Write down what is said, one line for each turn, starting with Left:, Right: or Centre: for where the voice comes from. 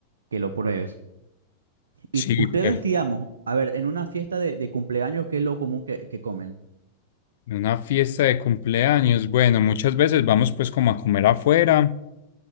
Right: que lo pruebes.
Left: Sí,
Right: Y ustedes,
Left: pero
Right: digamos, a ver, en una fiesta de, de cumpleaños, ¿qué es lo común que, que comen?
Left: en una fiesta de cumpleaños, bueno, muchas veces vamos pues como a comer afuera.